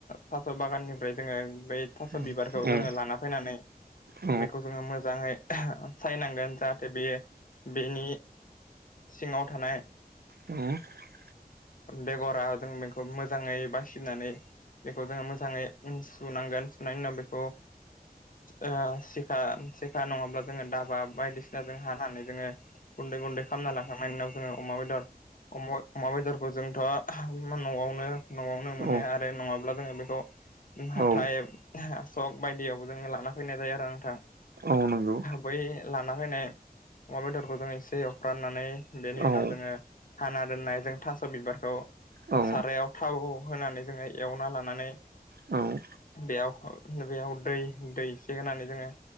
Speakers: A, on the left (about 55°); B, on the right (about 75°).
A: थास' बागाननिफ्राय जोंङो बै थास'
B: औ
A: बिबारखौ जोंङो लाना फैनानै
B: औ
A: बेखौ जोंङो मोजाङै सायनांगोन जाहाथे बे बेनि सिंङाव थानाय
B: <unintelligible>
A: बेगरा जों बेखौ मोजाङै बासिनानै बेखौ जोंङो मोजाङै सुनांगोन सुनायनि उनाव बेखौ ओ सिखा सिखा नङाब्ला जोङो दाब बा बायदिसिना जों हानानै जोङो गुन्दै गुन्दै खालामना लांखांनायनि उनाव जोङो अमा बेदर अम अमा बेदरखौ जोंथ' न'आवनो न'आवनो मोनो
B: औ
A: आरो नङाब्ला जोङो बेखौ हाथाय
B: औ
A: सक बायदियावबो जोङो लाना फैनाय जायो आरो नोंथां।
B: औ नंगौ।
A: बै लाना फैनाय अमा बेदरखौ जों एसे एवफ्राननानै बेनि उनाव
B: औ
A: जोङो हाना दोननाय जों थास' बिबारखौ
B: औ
A: सारायाव थाव होनानै जोङो एवना लानानै
B: औ
A: बेयाव बेयाव दै एसे होनानै जोङो